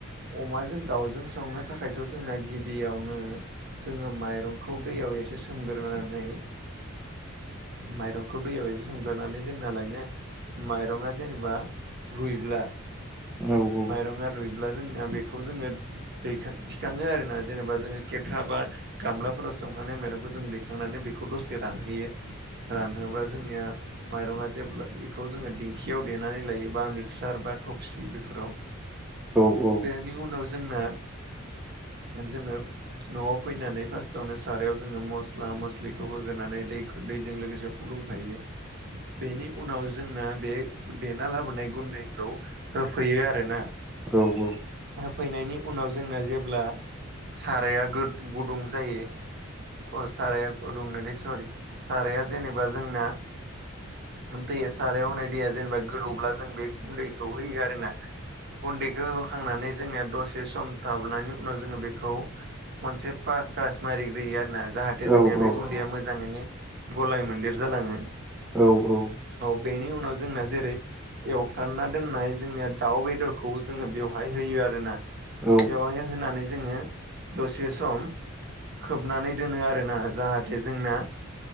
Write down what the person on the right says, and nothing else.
अमाजों दाउजों संनो थाखायथ' जोंना गिबियावनो जोङो माइरंखौ दैयाव एसे सोमग्रोनानै माइरंखौ दैयाव एसे सोमग्रोनानै जोंनालायनो माइरङा जेनेबा रुइब्ला
माइरं रुइब्ला जोंनिया बेखौ जोङो दैखां थिखाङो आरोना जेनेबा जोङो खेरखा बा गामलाफोराव सोमखांनाय माइरंखौ जों दैखांनानै बेखौ दसे रानहोयो। रानहोब्ला जोंनिया माइरङा जेब्ला बेखौ जोङो दिंखियाव देनानै लायो बा मिक्सार बा थफसि बेफोराव
बेनि उनाव जोंना जोङो न'आव फैनानै फार्स्टआवनो सारायाव जोङो मस्ला मस्लिखौ होग्रोनानै दै दैजों लोगोसे फुदुंखायो। बेनि उनाव जोंना बे देना लाबोनाय गुन्दैखौ होफैयो आरोना।
फैनायनि उनाव जोंना जेब्ला साराया गुदुं जायो। अ' साराया गुदुंनोलै सरि साराया जेनेबा जोंना दैया सारायाव होनाय दैया जेनेबा गोदौब्ला जों बे गुन्दैखौ होयो आरो ना। गुन्दैखौ होखांनानै जोंनिया दसे सम थाहाबनानै उनाव जोङो बेखौ मोनसे <unintelligible> मारिग्रोयो आरो ना जाहाथे
जोंनिया
बे
गुन्दैया मोजाङैनो गलाय मोन्देर जालाङो।
औ बेनि उनाव जोंना जेरै एवफ्रानना दोननाय जोंनिया दाउ बेदरखौ जोङो बेवहाय होयो आ दोना
बेवहाय होनानै जोङो दसे सम खोबनानै दोनो आरोना जाहा जोंना